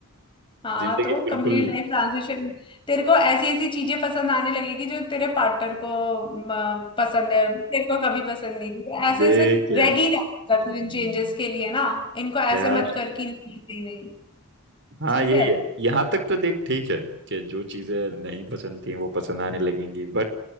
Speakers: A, on the left; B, on the right.
A: हाँ
B: जिंदगी
A: तो
B: बिल्कुल
A: कंप्लीट लाइफ ट्रांजिशन <laughs> तेरे को ऐसी ऐसी चीजें पसंद आने लगेगी जो तेरे पार्टनर को म, पसंद है तेरे को कभी पसंद नहीं थी ऐसे
B: देख
A: ऐसे
B: यार
A: रेडी रहता
B: हम्म,
A: तू इन चेंजेस के लिए ना इनको ऐसे
B: यार
A: मत कर कि नहीं नहीं नहीं
B: हाँ
A: ठीक
B: यही
A: है
B: है यहाँ तक तो देख ठीक है कि जो चीजें नहीं पसंद थी वो पसंद आने लगेंगी बट